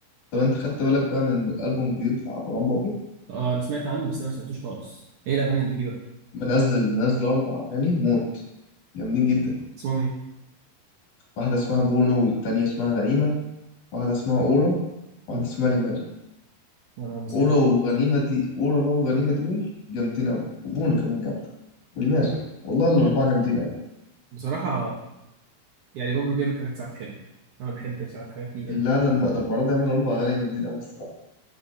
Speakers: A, on the left (about 50°); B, on the right (about 65°).
A: طب أنت خدت بالك بقى من الألبوم الجديد بتاع مروان بابلو
B: أه أنا سمعت عنه بس أنا ما سمعتوش خالص إيه الأغاني اللي فيه بقى؟
A: منزل منزل أربع أغاني موت جامدين جدا
B: اسمهم إيه؟
A: واحدة اسمها بونو والتانية اسمها غنيمة واحدة اسمها أورا واحدة
B: مم.
A: اسمها ليمارا
B: أنا ما سمعتش
A: أورا وغنيمة دي أورا بقى وغنيمة دول جامدين أوي وبونا كمان جامدة وليمارا والله الأربعة جامدين أوي
B: بصراحة يعني بابلو بيعمل حاجات ساعات حلوة أنا بحب ساعات حاجات ليه يعني
A: لا لما ده المرة دي عمل أربع أغاني جامدين أوي الصراحة